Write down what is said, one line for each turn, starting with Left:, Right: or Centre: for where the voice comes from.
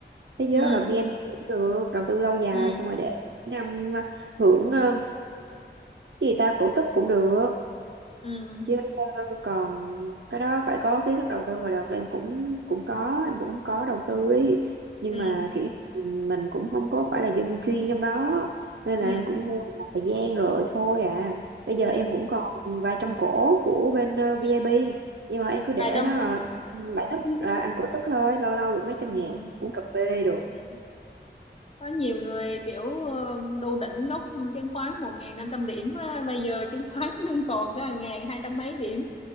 Right: thế giới
Left: ừ
Right: hoặc là BNP cũng được đầu tư lâu dài
Left: ừ
Right: xong rồi để năm ờ, hưởng ờ, cái gì ta cổ tức cũng được
Left: ừ
Right: chứ ờ, còn cái đó phải có kiến thức đầu tư và đợt là em cũng cũng có em cũng có đầu tư ấy nhưng
Left: ừ
Right: mà kiểu như mình mình cũng không có phải là dân chuyên trong đó nên là
Left: ừ
Right: em cũng mua được một thời gian rồi thôi à bây giờ
Left: ừ
Right: em cũng còn vài trăm cổ của bên ờ, VIB
Left: ừ.
Right: nhưng mà em cứ để
Left: mà trong
Right: đó rồi lại thích
Left: <laughs>
Right: là ăn cổ tức thôi lâu lâu được mấy trăm
Left: ừ,
Right: ngàn uống cà phê được
Left: ừ. có nhiều người kiểu ờ, đu đỉnh lúc chứng khoán một ngàn năm trăm điểm á, bây giờ chứng khoán <laughs> còn có một ngàn hai trăm mấy điểm